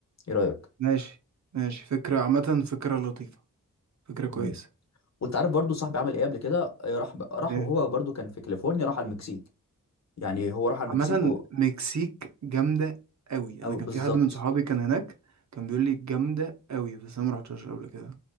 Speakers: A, on the left; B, on the right.
A: ايه رايك
B: ماشي ماشي فكرة عامة فكرة لطيفة فكرة كويسة
A: مم. وانت عارف برضو صاحبي عمل ايه قبل كده آه، راح ب... راح
B: إيه.
A: وهو برضو كان في كاليفورنيا راح على المكسيك يعني هو راح على المكسيك
B: عامة
A: و...
B: مكسيك جامدة قوي
A: او
B: انا كان
A: بالظبط
B: في حد من صحابي كان هناك كان بيقول لي جامدة قوي بس انا ما رحتش قبل كده